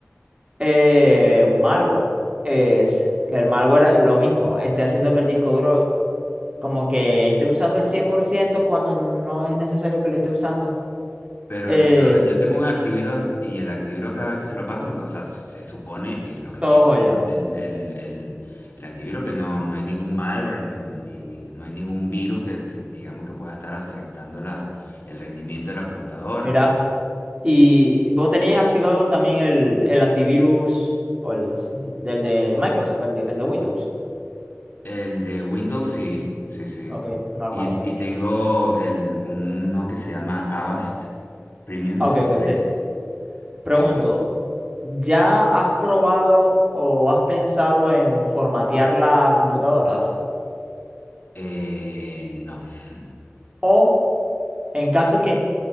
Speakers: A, on the right (about 25°); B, on the left (about 50°).
A: eh, un malware es que el malware es lo mismo, esté haciendo que el disco duro como que esté usando el 100% cuando no es necesario que lo esté usando.
B: Pero,
A: Eh,
B: yo- a ver, yo tengo un Activiro ant- y el Activiro cada vez que se lo paso, o sea, se supone eh, lo que
A: todo
B: me dice
A: joya.
B: el, el, el, el- el antiviro, que no, no hay ningún malware, no, ni- ni- no hay ningún virus que, que, digamos que pueda estar afectando la, el rendimiento de la computadora.
A: Mira.
B: Entonces,
A: Y vos tenéis activado también el, el antivirus o el del de Microsoft, el de, el de Windows.
B: el de Windows sí, sí, sí.
A: Ok, normal,
B: Y,
A: ok.
B: y tengo el, uno que se llama Avast Premium
A: Ok,
B: Security.
A: ok, sí. Pregunto,
B: Eh,
A: ¿ya has probado o has pensado en formatear la computadora?
B: eh, no. <laughs>
A: O en caso que